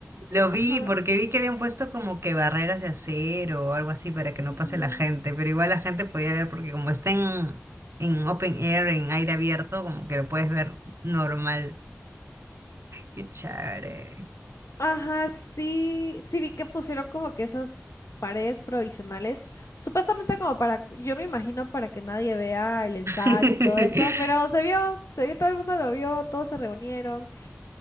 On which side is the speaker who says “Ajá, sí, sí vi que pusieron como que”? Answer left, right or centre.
Left